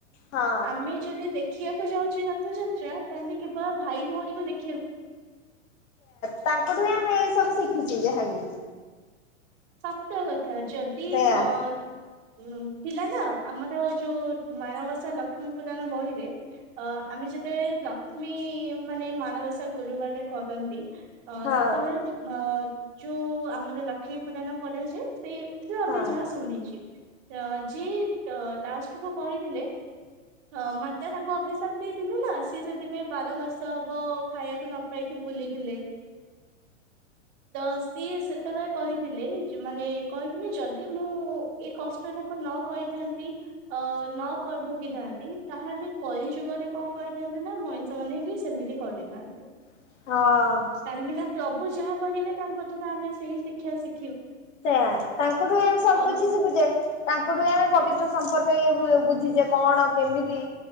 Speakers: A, on the left; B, on the right.
A: ହଁ।
B: ଆମେ ଯଦି ଦେଖିବାକୁ ଯାଉଛେ ରଥଯାତ୍ରା ତାହେଲେ କେବଳ ଭାଇ ଭଉଣୀକୁ ଦେଖ।
A: ତାଙ୍କଠୁ ହିଁ ଆମେ ଏଇ ସବୁ ଶିଖିଛେ ଯାହାବି।
B: ସତ କଥା ଯଦି
A: ସେଇଆ
B: ମୋର‌। ଉଁ ଥିଲା ନା ଆମର ଯୋଉ ମାଣ ବସା ଲକ୍ଷ୍ମୀ ପୁରାଣ ବହିରେ ଅ ଆମେ ଯ ଯେତେବେଳେ ଲକ୍ଷ୍ମୀ ମାନେ ମାଣବସା ଗୁରୁବାର କରନ୍ତି। ଅ
A: ହଁ
B: ସେତେବେଳେ ଅଁ ଯୋଉ ଆମର ଲକ୍ଷ୍ମୀ ପୁରାଣ ପଡାଯାଏ ସେ । ଥିରୁ ଆମେ
A: ହଁ
B: ଯାହା ଶୁଣିଚେ ଯିଏ ଲାଷ୍ଟ କୁ କହିଥିଲେ । ହଁ ମାତା ତାଙ୍କୁ ଅଭିିଶାପ ଦେଇକିଗଲା। ସିଏ ସେଥିପାଇଁ ବାର ବର୍ଷ ହବ ଖାଇବାକୁ ନ ପାଇକି ବୁଲିଥିଲେ। ତ ସିଏ ସେତେବେଳେ କହି ଥିଲେ ମାନେ କହିଥିଲେ ଯଦି ମୁଁ ଏଇ କଷ୍ଟଟାକୁ ନ କରିଥାନ୍ତି ଅ ନ ଭୋଗିଥାନ୍ତି ତାହେଲେ କଳି ଯୁଗରେ କଣ କହିଥାନ୍ତେ ନା ମଣିଷ ମାନେ ବି ସେମିତି କରିଥାନ୍ତେ।
A: ହଁ।
B: କାହିଁକି ନା ପ୍ରଭୁ ଯାହା କରିବେ ତାଙ୍କଠୁ ତ ଆମେ ସେଇ ଶିକ୍ଷା ଶି
A: ସେଇୟା ତାଙ୍କଠୁ ଆମେ ସବୁ
B: କ-
A: କିଛି ଶିଖୁଚେ। ତାଙ୍କଠୁ ଆମେ ପବିତ୍ର ସମ୍ପର୍କ ଇଏ ବୁଝିଚେ କଣ କେମିତି।